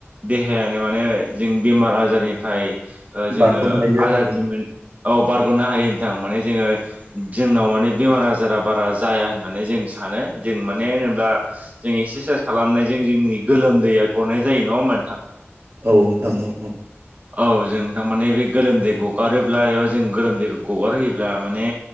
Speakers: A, on the right; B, on the right.
A: देहायानो माने जों बेमार आजारनिफ्राय ओ जोङो
B: बारग'नो हायो आरोखि
A: आजादिमोन, औ बारग'नो हायो नोंथां माने जोङो जोंनाव माने बेमार आजारा बारा जाया होननानै जों सानो। जों माने होनोब्ला जों एक्सारसाइस खालामनायजों जोंजोंनि गोलोमदैया गनाय जायो, नङा होनबा नोंथां?
B: औ नोंथां औ औ
A: औ जों थारमाने बे गोलोमदै गगारोब्ला एबा जों गोरोमदैखौ गगार होयोब्ला माने